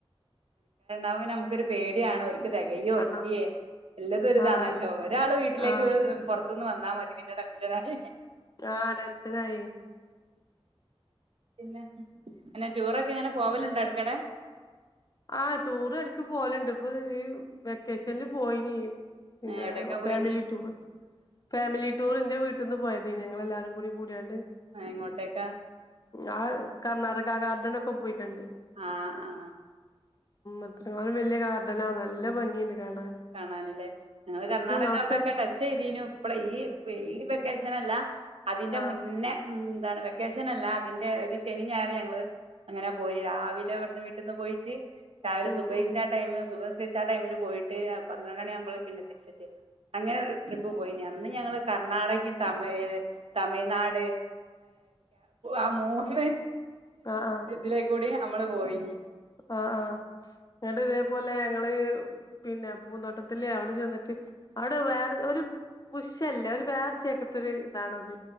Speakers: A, on the right; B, on the left.
A: ാവി നുക്കൊ പടിയാണ്രിക്ക തികയോ വല്യേ
B: ആഹ്
A: എല്ലതുംരിതാണല്ലോ
B: ആഹ് അതെ
A: ഒരാള് വീട്ടിലേക്ക്
B: ആഹ്
A: പുറ ന്ന് വന്നാൽ മതി പിന്നെ ടെൻഷന ആായി
B: ആഹ് ഡാൻ കായ
A: പിന്നെ പിന്നെ ടൂറൊക്കെ എങ്ങനെ പോവലുണ്ടോ അടുക്കടെ
B: ആഹ ടൂർ ഇടക്ക് പോലുണ്ട് അ വെക്കേഷനിൽ പോയിനി പിന്നെ
A: എവിടേക്കാ
B: ഫാമിലി
A: പോയിനി
B: ടൂർ ഫാമിലി ടൂർ എന്റെ വീട്ടിൽ നിന്ന് പോയത ഞെ എല്ലാരും കൂടി കൂടാണ്ട്
A: ആ എങ്ങോട്ടേക്കാ
B: ആഹ കർണാടക ഗാർഡൻ ഒക്കെ പോയിക്കണ്ട്
A: ആഹ് ആഹ്
B: ഉ്ത്ര വലിയ കാരണം അനാ നല്ല ഭംഗിയുണ്ട് കാണൻ
A: കാണാനില്ലേ ഞങ്ങള് കർണാടക
B: അവിടുത്തെ
A: അവിടെക്കെ ടച്ച് ചെയ്തീനു ഇപ്പളെ ഈ ഈ ക്കേഷനല്ല. അതിന്റെ
B: ആഹ്
A: മുന്നേ ഉം അതാണ് വെക്കേഷൻ അല്ല അതിന്റെ ഒരു ശനി ഞായർ ഞങ്ങള് അങ്ങനെ പോയിന് രാവിലെ ഇവിടുന്ന് വീട്ടിൽന്ന് പോയിട്ട് രാവിലെ
B: ഉം
A: സുഭഹിന്റെ
B: ഉം
A: ന്റെ ആ ടൈമ സുബ വെച്ച ആ ടൈമില് പോയിട്ട് പന്ത്രണ്ട മണി ആകുമ്പോൾ പിന്നെ തിരിച്ചത്തി അങ്ങനെ ഒരു ട്രിപ്പ് പോയിനി അന്ന് ഞങ്ങള് കർണാടകയും തമിഴ തമിഴ്നാട് ആ മൂന്ന്
B: ആഹ് ആഹ്
A: ഇതിലേക്കൂടി നമ്മള് പോയിന്
B: ആഹ് ആഹ ന്നട്ട് ഇതേപോലെ ഞങ്ങള് പിന്നെ പൂന്തോട്ടത്തില് അവിടെ ചെന്നിട്ട് അവിടെ വേറെ ഒരു പുശല്ല ഒരു വേറെ ചെക്കത്ത ഇതാണത്